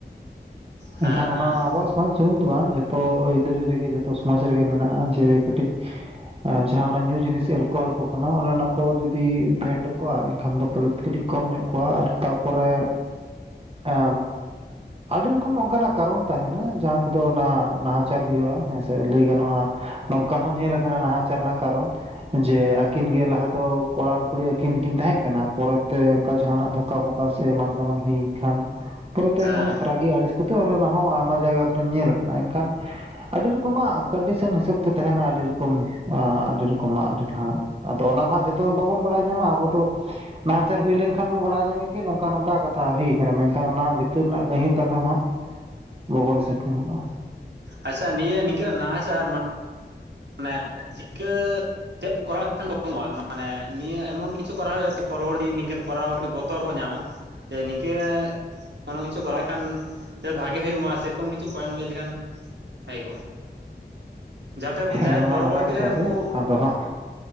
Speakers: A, on the right; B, on the right.
A: ᱦᱮᱸ
B: ᱮᱱᱠᱷᱟᱱ
A: ᱦᱮᱸ
B: ᱚᱱᱟ ᱟᱵᱚᱣᱟᱜ ᱥᱚᱢᱟᱡ ᱥᱩᱢᱩᱝ ᱫᱚ ᱵᱟᱝ ᱡᱷᱚᱛᱚ ᱟᱹᱭᱫᱟᱹᱨᱤ ᱨᱮᱜᱮ ᱡᱚᱛᱚ ᱥᱚᱢᱟᱡ ᱨᱮᱜᱮ ᱢᱮᱱᱟᱜᱼᱟ ᱡᱮ ᱠᱟᱹᱴᱤᱡ ᱡᱟᱸᱦᱟ ᱚᱱᱟ ᱧᱩ ᱡᱤᱱᱤᱥ ᱮᱞᱠᱳᱦᱚᱞ ᱠᱚ ᱠᱟᱱᱟ ᱚᱱᱮ ᱚᱱᱟ ᱠᱚ ᱡᱩᱫᱤ ᱵᱮᱱ ᱠᱮ ᱠᱚᱣᱟ ᱮᱱᱠᱷᱟᱱ ᱫᱚ ᱯᱟᱞᱮᱛ ᱠᱟᱹᱴᱤᱡ ᱠᱚᱢ ᱧᱚᱜ ᱠᱚᱜᱼᱟ ᱟᱨ ᱛᱟᱨᱯᱚᱨᱮ ᱮ ᱟᱰᱤ ᱨᱚᱠᱚᱢ ᱚᱱᱠᱟᱱᱟᱜ ᱠᱟᱨᱚᱱ ᱛᱟᱦᱮᱱᱟ ᱡᱟᱦᱟᱸ ᱛᱮᱫᱚ ᱚᱱᱟ ᱱᱟᱦᱟᱪᱟᱨ ᱦᱩᱭᱩᱜ-ᱟ ᱦᱮᱸ ᱥᱮ ᱞᱟᱹᱭ ᱜᱟᱱᱚᱜ-ᱟᱼᱼ ᱱᱚᱝᱠᱟ ᱦᱚᱸ ᱧᱮᱞᱟ ᱟᱠᱟᱱᱟ ᱱ ᱱᱟᱦᱟᱪᱟᱨ ᱨᱮᱱᱟᱜ ᱠᱟᱨᱚᱱ ᱡᱮ ᱟᱹᱠᱤᱱ ᱜᱮ ᱞᱟᱦᱟ ᱫᱚ ᱠᱚᱲᱟ ᱟᱨ ᱠᱩᱲᱤᱼᱼ ᱩᱱᱠᱤᱱ ᱠᱤᱱ ᱛᱟᱦᱮᱸ ᱠᱟᱱᱟ ᱯᱚᱨᱮ ᱛᱮ ᱚᱱᱠᱟ ᱡᱟᱦᱟᱸ ᱱᱟᱜ ᱫᱷᱚᱠᱟ ᱢᱚᱠᱟ ᱥᱮ ᱮᱢᱟᱱ ᱛᱮᱢᱟᱱ ᱦᱩᱭᱮᱱ ᱠᱷᱟᱱᱼᱼ ᱯᱚᱨᱮ ᱛᱮ
A: ᱦᱮᱸ
B: ᱚᱱᱮ ᱨᱟᱜᱤ ᱟᱹᱲᱤᱥ ᱠᱟᱛᱮ ᱚᱱ ᱚᱱᱟ ᱦᱚᱸ ᱟᱭᱢᱟ ᱡᱟᱭᱜᱟ ᱠᱚᱨᱮ ᱧᱮᱞ ᱟᱠᱟᱱᱟ ᱮᱱᱠᱷᱟᱱᱼᱼ ᱟᱰᱤ ᱨᱚᱠᱚᱢᱟᱜ ᱠᱚᱱᱰᱤᱥᱚᱱ ᱦᱤᱥᱟᱹᱵᱽ ᱛᱮ ᱛᱟᱦᱮᱱᱟ ᱟᱹᱰᱤ ᱨᱚᱠᱚᱢ ᱟᱻ ᱟᱹᱰᱤ ᱨᱚᱠᱚᱢᱟᱜ ᱟᱹᱰᱤ ᱞᱟᱼᱼ ᱟᱫᱚ ᱚᱱᱟ ᱢᱟ ᱦᱟᱸᱜ ᱡᱚᱛᱚ ᱵᱟᱵᱚᱱ ᱵᱟᱲᱟᱭ ᱧᱟᱢᱟ ᱟᱵᱚ ᱫᱚ ᱱᱟᱦᱟᱪᱟᱨ ᱦᱩᱭ ᱞᱮᱱᱠᱷᱟᱼᱼ ᱠᱷᱟᱱ ᱵᱚ ᱵᱟᱲᱟᱭ ᱧᱟᱢᱮ ᱠᱤ ᱱᱚᱝᱠᱟ ᱱᱚᱝᱠᱟ ᱠᱟᱛᱷᱟ ᱦᱩᱭ ᱠᱟᱱᱟ ᱢᱮᱱᱠᱷᱟᱱ ᱚᱱᱟ ᱵᱷᱤᱛᱤᱨ ᱨᱮᱱᱟᱜ ᱜᱟᱹᱦᱤᱨ ᱠᱟᱛᱷᱟ ᱢᱟ ᱦᱟᱸᱜᱼᱼ ᱵᱟᱵᱚ ᱨᱤᱥᱟᱪ ᱧᱟᱢᱚᱜᱼ ᱟ
A: ᱟᱪᱪᱷᱟ ᱱᱤᱭᱟᱹ ᱱᱤᱝᱠᱟᱹᱱᱟᱜ ᱱᱟᱦᱟᱪᱟᱨ ᱢᱟᱼᱼ ᱱᱟ ᱪᱤᱠᱟᱹᱼᱼ ᱪᱮᱫ ᱠᱚᱨᱟᱣ ᱞᱮᱠᱷᱟᱱ ᱠᱚᱢᱚᱜᱼᱟ ᱢᱟᱱᱮ ᱱᱤᱭᱟᱹ ᱮᱢᱚᱱ ᱠᱤᱪᱷᱩ ᱠᱚᱨᱟᱣ ᱦᱩᱭᱩᱜᱼᱟ ᱡᱟᱛᱮ ᱯᱚᱨᱚᱵᱚᱨᱛᱤ ᱱᱤᱝᱠᱟᱹ ᱠᱚᱨᱟᱣ ᱨᱮ ᱠᱟᱹᱴᱤᱡ ᱵᱚᱛᱚᱨ ᱠᱚ ᱧᱟᱢᱟ ᱥᱮ ᱱᱤᱝᱠᱟᱹ ᱠᱚᱱᱚ ᱠᱤᱪᱷᱩ ᱠᱚᱨᱟᱣ ᱠᱷᱟᱱ ᱥᱮ ᱵᱷᱟᱜᱮ ᱦᱩᱭᱩᱜ ᱢᱟ ᱥᱮᱭ ᱨᱚᱠᱚᱢ ᱠᱤᱪᱷᱩ ᱯᱚᱭᱮᱱᱴ ᱞᱟᱹᱭ ᱞᱮᱠᱷᱟᱱ ᱵᱷᱟᱜᱤ ᱠᱚᱜ-ᱟ᱾ ᱛᱮᱵᱽ
B: ᱦᱮᱸ
A: ᱡᱟᱦᱟᱸᱭ
B: ᱚᱱᱟ
A: ᱯᱚᱨᱚᱵᱚᱨᱛᱤ
B: ᱱᱟᱯᱟᱭ ᱠᱟᱛᱷᱟ
A: ᱨᱮ ᱩᱱᱠᱩ,
B: ᱜᱮ ᱟᱫᱚ ᱦᱟᱸᱜ